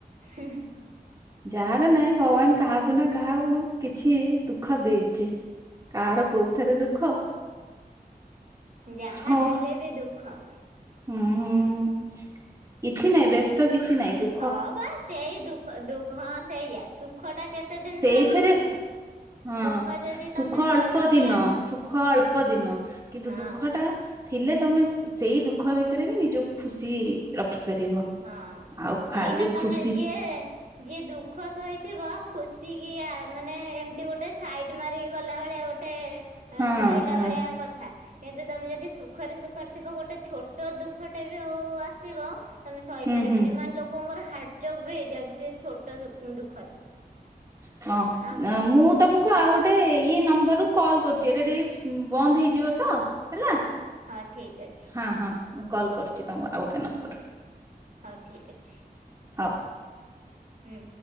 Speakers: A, on the right (about 60°); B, on the right (about 20°).
A: ହୁଁ।
B: ଯାହାର ନାହିଁ ଭଗବାନ କାହାକୁ ନା କାହାକୁ କିଛି ଦୁଃଖ ଦେଇଛି। କାହାର କୋଉଥିରେ ଦୁଃଖ
A: ଯାହା
B: ହଁ
A: ହେଲେ <inaudible>
B: ହୁଁ କିଛି ନାଇଁ ବ୍ୟସ୍ତ କିଛି ନାଇଁ ଦୁ
A: ହଁ ବା ସେଇ ଦୁଃଖ ଦୁ ହଁ ସେଇଆ ସୁଖ ଟା କେତେ
B: ସେଇଥିରେ
A: ସହିବ ତମେ।
B: ହଁ,
A: ଦୁଃଖ ଯଦି
B: ସୁଖ
A: ତମେ ସହିକି
B: ଅଳ୍ପ ଦିନ
A: ଆଗକୁ
B: ସୁଖ ଅଳ୍ପ ଅଲ୍ପ ଦିନ କିନ୍ତୁ
A: ହଁ
B: ଦୁଃଖ ଟା ଥିଲେ ତମେ ସେଇ ଦୁଃ ଖ ଭିତରେ ବି ନିଜକୁ ଖୁସି ରଖିପାରିବ।
A: ହଁ
B: ଆଉ
A: କାହିଁକି
B: ଖାଲି
A: ନା ତମେ
B: ଖୁସି
A: ଯିଏ ଯିଏ ଦୁଃଖ ସହିଥିବ ଖୁସିିକିଆ ମାନେ ଏମିତି ଗୋଟେ ସାଇଡ୍ ମାରିକି ଗଲା ଭଳିଆ ଗୋଟେ
B: ହଁ <inaudible>
A: ଆ କହିଲା
B: ହଁ
A: ଭଳିଆ କ ଥା କିନ୍ତୁ ତମେ ଯଦି ସୁଖରେ ସୁଖରେ ଥିବ ଗୋଟେ ଛୋଟ ଦୁଃଖଟେ ବି ହଉ ଆସିବ ତମେ ସହିପାରିବନି
B: ହୁଁ ହୁଁ
A: ମାନେ ଲୋକଙ୍କର ହାର୍ଟଚୋକ୍ ବି ହେଇଯାଉଛି ସେ ଛୋଟ ଦୁଃଖରେ।
B: ହଁ
A: ଆଉ
B: ନ ମୁଁ ତମକୁ ଆଉ ଗୋଟେ ଇଏ ନମ୍ବରରୁୁ କଲ୍ କରୁଛି ଏଇଟା ଟିକେ ବନ୍ଦ ହେଇଯିବ ତ। ହେଲା।
A: ହଁ ଠିକ୍ ଅଛି।
B: ହଁ ହଁ ମୁଁ କଲ୍ କରୁଛି ତମ ଆଉ ଗୋଟେ ନମ୍ବରରୁ।
A: ହଉ ଠିକ୍ ଅଛି।
B: ହଉ।
A: ହେଇ